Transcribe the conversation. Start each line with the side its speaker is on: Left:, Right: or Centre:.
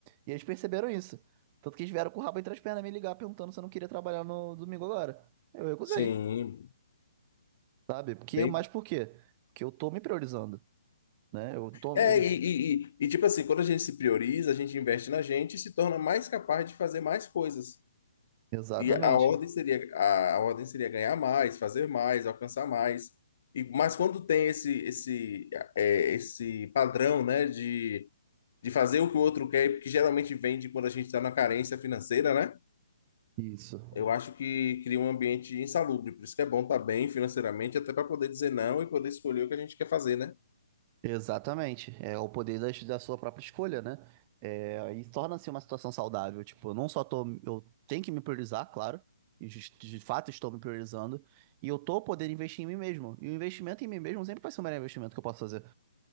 Right: E eles perceberam isso. Tanto que eles vieram com o rabo entre as pernas me ligar perguntando se eu não queria trabalhar no domingo agora. Eu recusei,
Left: sim,
Right: sabe? Porque,
Left: bem.
Right: mas por quê? Porque eu tô me priorizando, né? Eu tô.
Left: É,
Right: eu-
Left: e, e, e- e, tipo assim, quando a gente se prioriza, a gente investe na gente e se torna mais capaz de fazer mais coisas.
Right: Exatamente.
Left: E a ordem seria a, a ordem seria ganhar mais, fazer mais, alcançar mais. E, mas quando tem esse esse é, esse padrão, né, de, de fazer o que o outro quer, que geralmente vem de quando a gente está na carência financeira, né?
Right: Isso.
Left: Eu acho que cria um ambiente insalubre. Por isso que é bom estar bem financeiramente, até para poder dizer não e poder escolher o que a gente quer fazer, né?
Right: Exatamente. É o poder das- da, sua própria escolha, né? É, e torna-se uma situação saudável. Tipo, eu não só tô. Eu tenho que me priorizar, claro. E jus- de fato estou me priorizando. E eu tô podendo investir em mim mesmo. E o investimento em mim mesmo sempre vai ser o melhor investimento que eu posso fazer.